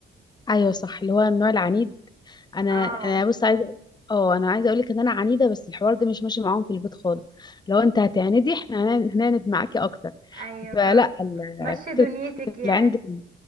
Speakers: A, on the left (about 20°); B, on the right (about 45°).
A: ايوه صح اللي هو النوع العنيد انا
B: اه
A: انا بص عايزه أقول- اه انا عايزه اقول لك ان انا عنيده بس الحوار ده مش ماشي معاهم في البيت خالص لو انت هتعندي احنا هن- هنعند معاكي اكتر
B: ايوه
A: فلا
B: فاهمه
A: ال-
B: مشي دنيتك
A: فكره
B: يعني
A: اللي عندك